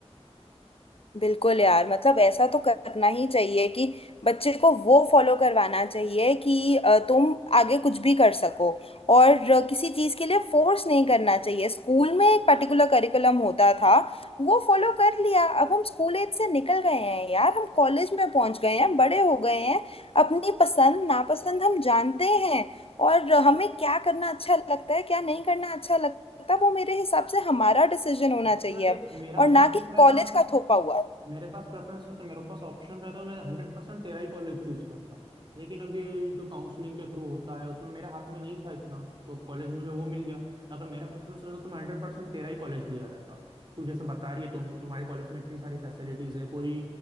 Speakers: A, on the left; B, on the right.
A: बिल्कुल यार मतलब ऐसा तो करना ही चाहिए कि बच्चे को वो फॉलो करवाना चाहिए कि अ, तुम आगे कुछ भी कर सको और अ, किसी चीज़ के लिए फोर्स नहीं करना चाहिए स्कूल में एक पर्टिकुलर करिकुलम होता था वो फॉलो कर लिया अब हम स्कूल एज से निकल गए हैं यार हम कॉलेज में पहुंच गए हैं बड़े हो गए हैं अपनी पसंद नापसंद हम जानते हैं और हमें क्या करना अच्छा लगता है क्या नहीं करना अच्छा लगता वो मेरे हिसाब से हमारा डिसीजन होना
B: अगर
A: चाहिए
B: देख
A: अब
B: मेरा
A: और ना
B: प्रेफरेंस
A: कि
B: रहता
A: कॉलेज
B: ना
A: का थोपा हुआ
B: मेरे पास प्रेफरेंस होता मेरे पास ऑप्शन रहता मैं हंड्रेड परसेंट तेरा ही कॉलेज चूज करता लेकिन अब ये जो काउंसलिंग के थ्रू होता है उसमें मेरे हाथ में नहीं था इतना तो अब कॉलेज मुझे वो मिल गया अगर मेरा प्रेफरेंस रहता तो मैं हंड्रेड परसेंट तेरा ही कॉलेज लिया रहता तू जैसे बता रही है तुम तुम्हारे कॉलेज में इतनी सारी फैसिलिटीज है कोई